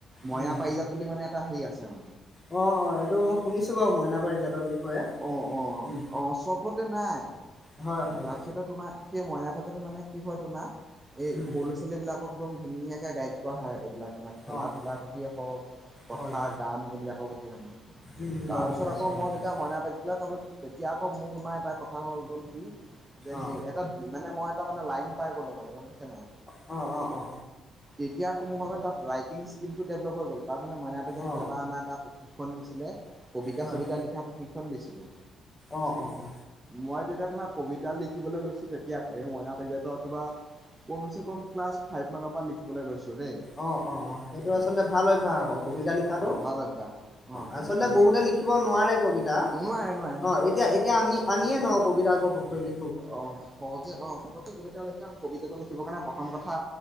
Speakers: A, on the right; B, on the left.
A: মইনা
B: উম,
A: পাৰিজাত বুলি মানে এটা হেৰি আছে আৰু।
B: অ', অ' এইটো মই শুনিছো বাৰু, মইনা পাৰিজাতৰ বিষয়ে।
A: অ', অ',
B: উম
A: অ ', চবতে নাই,
B: হয় হয়
A: তাৰপিছতে তোমাৰ সেই মইনা পাৰিজাতত মানে কি হয় তোমাৰ, এই
B: উম
A: সৰু ল'ৰা-ছোৱালী বিলাক ক একদম ধুনীয়াকে গাইড কৰা হয়, এইবিলাক। তোমাৰ খেলা
B: অ
A: ধূলাৰ
B: অ
A: প্ৰতিয়ে হওঁক, কথা
B: হয়
A: গান এইবিলাকৰ প্ৰতি হওঁক মানে।
B: উম
A: তাৰপিছত
B: গম পাইছোঁ
A: আকৌ
B: গম
A: মই
B: পাইছোঁ
A: যেতিয়া মইনা ফাইভ ক্লাছ পালো, তেতিয়া আকৌ মোৰ তোমাৰ এটা কথা হৈ গ'ল কি যে
B: অ
A: সেই এক তাত মানে মই এটা মানে, লাইন পাই গ'লো মানে গম পাইছে নাই।
B: অ', অ'। অ
A: তেতিয়া আকৌ মোৰ ভাগত তাত ৰাইটিং স্কিলটো ডেভলপ হৈ গ'ল, তাত মানে মইনা পাৰিজাতত
B: অ
A: এবাৰ আমাৰ তাত প্ৰশিক্ষণ দিছিলে, কবিতা-চবিতা
B: হয়
A: লিখা প্ৰশিক্ষণ দিছিলে।
B: অ অ অ
A: মই যেতিয়া তোমাৰ কবিতা লিখিবলৈ লৈছো তেতিয়া পাই, এই মইনা পাৰিজাতত তোমাৰ কমচে, কম ক্লাছ ফাইভ মানৰ পৰা লিখিবলৈ লৈছো দেই,
B: অ অ অ সেইটো
A: উম।
B: আচলতে ভাল অভ্যাস আকৌ কবিতা লিখাটো
A: অ' ভাল অভ্যাস, অ'
B: আচলতে
A: কবিতা লিখো।
B: বহুতে লিখিব নোৱাৰে কবিতা।
A: নোৱাৰে, নোৱাৰে।
B: অ' এতিয়া এতিয়া আমি আমিয়ে ন' কবিতা গ্ৰপকৈলি
A: অ', সহজে অ' পটককে কবিতা লিখে আৰু কবিতাটো লিখিবৰ কাৰণে প্ৰথম কথা